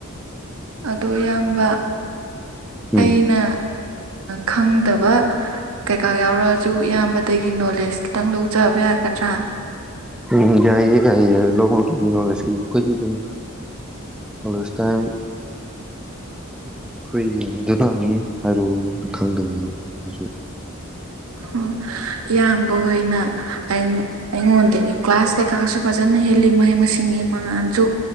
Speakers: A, on the right; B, in the centre.
A: ꯑꯗꯨ ꯑꯌꯥꯝꯕ
B: ꯎꯝ
A: ꯑꯩꯅ ꯈꯪꯗꯕ ꯀꯩꯀꯥ ꯌꯥꯎꯔꯁꯨ ꯏꯌꯥꯝꯕꯗꯒꯤ ꯅꯣꯂꯦꯖ ꯈꯤꯇꯪ ꯂꯧꯖꯕ ꯌꯥꯒꯗ꯭ꯔꯥ
B: ꯎꯝ ꯌꯥꯏꯌꯦ ꯌꯥꯏꯌꯦ ꯂꯒꯤꯗꯤ ꯅꯣꯂꯦꯖ ꯑꯩꯈꯣꯏꯒꯤ ꯑꯗꯨꯝ ꯑꯂꯥꯏꯁ ꯇꯥꯏꯝ ꯐ꯭ꯔꯤ ꯌꯥ ꯑꯗꯨꯅ ꯑꯗꯨꯝ ꯍꯥꯏꯔꯛꯑꯣꯅ ꯈꯪꯗꯕ ꯌꯥꯎ ꯇꯥꯔꯒꯁꯨ
A: ꯑꯣ ꯏꯌꯥꯝꯕ ꯑꯣꯏꯅ ꯑ ꯑꯩꯉꯣꯟꯗꯒꯤ ꯀ꯭ꯂꯥꯁ ꯀꯩꯀꯥꯁꯨ ꯐꯖꯅ ꯍꯦꯜꯂꯤ ꯃꯍꯩ ꯃꯁꯤꯡꯒꯤ ꯃꯉꯥꯜꯁꯨ